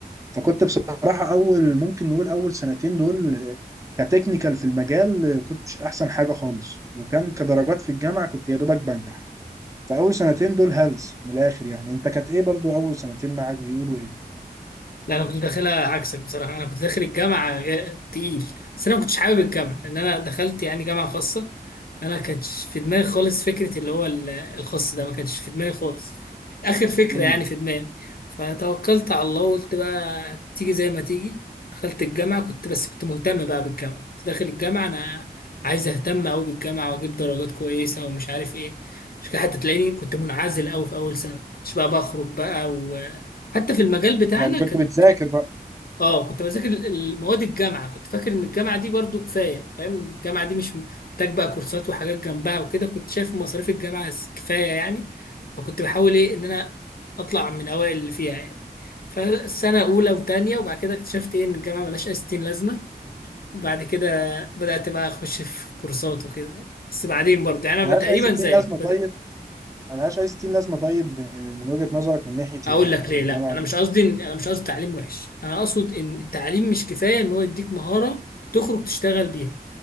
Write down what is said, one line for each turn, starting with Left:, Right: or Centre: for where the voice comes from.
Right: فكنت بصراحة أول ممكن نقول أول سنتين دول كتكنيكال في المجال كنتش احسن حاجه خالص وكان كدرجات في الجامعه كنت يا دوبك بنجح فاول سنتين دول هلس من الاخر يعني انت كانت ايه برضو اول سنتين معاك بيقولوا ايه
Left: لا انا كنت داخلها عكسك بصراحه انا كنت داخل الجامعه جا- تقيل بس انا ما كنتش حابب الجامعه لان انا دخلت يعني جامعه خاصه فانا كانتش في دماغي خالص فكره اللي هو ال- الخاص ده ما كانتش في دماغي خالص كانت اخر فكره
Right: امم
Left: يعني في دماغي فتوكلت على الله وقلت بقى تيجي زي ما تيجي دخلت الجامعه كنت بس كنت مهتم بقى بالجامعه كنت داخل الجامعه انا عايز اهتم قوي بالجامعه واجيب درجات كويسه ومش عارف ايه مش كده حتى تلاقيني كنت منعزل قوي في اول سنه كنتش بقى بخرج بقى و حتى في المجال بتاعنا
Right: يعني كنت
Left: كان
Right: بتذاكر بقى
Left: اه كنت بذاكر المواد الجامعه كنت فاكر ان الجامعه دي برضو كفايه فاهم الجامعه دي مش محتاج بقى كورسات وحاجات جنبها وكده كنت شايف مصاريف الجامعه كفايه يعني فكنت بحاول ايه ان انا اطلع من اوائل اللي فيها يعني فسنه اولى وتانية وبعد كده اكتشفت ايه ان الجامعه ملهاش اي ستين لازمه وبعد كده بدات بقى اخش في كورسات وكده يعني. بس بعدين برضه يعني انا
Right: ملهاش
Left: بقى تقريبا
Right: اي 60
Left: زيك
Right: لازمه طيب
Left: بدأ
Right: ملهاش اي 60 لازمه طيب من وجهه نظرك من ناحيه
Left: اقول
Right: ايه
Left: لك
Right: يعني
Left: ليه
Right: الجامعه
Left: لا انا مش قصدي إن- انا مش قصدي تعليم وحش انا اقصد ان التعليم مش كفايه ان هو يديك مهاره تخرج تشتغل بيها